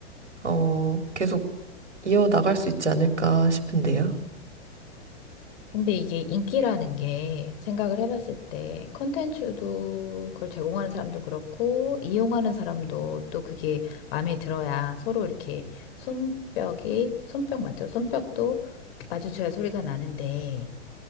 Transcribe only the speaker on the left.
근데 이게 인기라는 게 생각을 해봤을 때 컨텐츠도 그걸 제공하는 사람도 그렇고 이용하는 사람도 또 그게 마음에 들어야 서로 이렇게 손뼉이 손뼉 맞죠? 손뼉도 마주쳐야 소리가 나는데